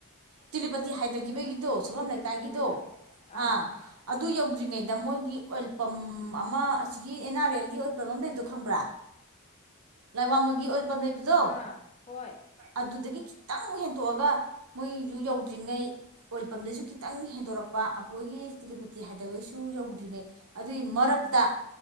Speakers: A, on the right; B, on the left.
A: ꯇꯤꯂꯤꯄꯇꯤ ꯍꯥꯏꯊꯈꯤꯕꯒꯤꯗꯣ ꯁꯨꯐꯝ
B: ꯇꯤꯂꯤꯄꯇꯤꯒꯤꯗꯨꯗ
A: ꯂꯩꯀꯥꯏꯒꯤꯗꯣ ꯑ
B: ꯑꯥ
A: ꯑꯗꯨ ꯌꯧꯗ꯭ꯔꯤꯉꯩꯗ ꯃꯣꯏꯒꯤ ꯑꯣꯏꯜ ꯄꯝ ꯑꯃ ꯑꯁꯤꯒꯤ ꯑꯦꯟ ꯑꯥꯔ ꯑꯦꯜꯒꯤ ꯑꯣꯏꯜ ꯄꯝ ꯑꯃ ꯂꯩꯕꯗꯣ ꯈꯪꯕ꯭ꯔꯥ ꯂꯥꯏꯋꯥꯡꯃꯪꯒꯤ ꯑꯣꯏꯜ ꯄꯝ ꯂꯩꯕꯗꯣ
B: ꯑꯥ ꯍꯣꯏ
A: ꯑꯗꯨꯗꯒꯤ ꯈꯤꯇꯪ ꯑꯃꯨꯛ ꯍꯦꯟꯇꯣꯛꯑꯒ ꯃꯣꯏꯁꯨ ꯌꯧꯗ꯭ꯔꯤꯉꯩ ꯑꯣꯏꯜ ꯄꯝꯗꯁꯨ ꯈꯤꯇꯪ ꯍꯦꯟꯗꯣꯔꯛꯄ ꯑꯕꯣꯏꯒꯤ ꯏꯁꯇꯤꯂꯤꯄꯇꯤ ꯍꯥꯏꯗꯕꯩꯁꯨ ꯌꯧꯗ꯭ꯔꯤꯉꯩ ꯑꯗꯨꯏ ꯃꯔꯛꯇ
B: ꯎꯝ